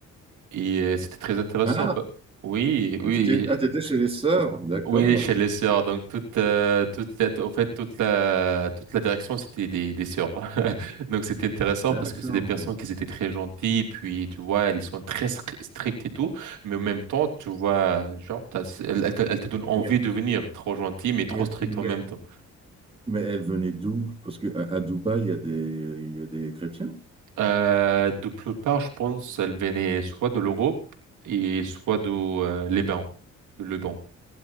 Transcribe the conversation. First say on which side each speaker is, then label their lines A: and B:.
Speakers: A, on the right; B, on the right.
A: et euh, c'était très intéressant.
B: Ah,
A: pa- Oui, oui,
B: ah, t'étais, ah, t'étais chez les sœurs, d'accord.
A: oui, chez les sœurs. Donc toute, euh, toute la, en fait, toute la, toute la direction, c'était des, des sœurs. <laughs> Donc c'était intéressant
B: D'accord.
A: parce que c'est des personnes qui étaient très gentilles. Puis tu vois, elles sont très stri- strictes et tout, mais en même temps, tu vois, genre, t'as- elles, elles te, elles te donnent envie
B: Mais,
A: de venir, trop gentilles mais trop
B: mais,
A: strictes
B: mais,
A: en même temps.
B: mais elle venait d'où? Parce qu'à à à Dubaï, il y a des, il y a des chrétiens.
A: Euh, de plus part, je pense, elles venaient soit de l'Europe et soit de euh, Liban, le Liban.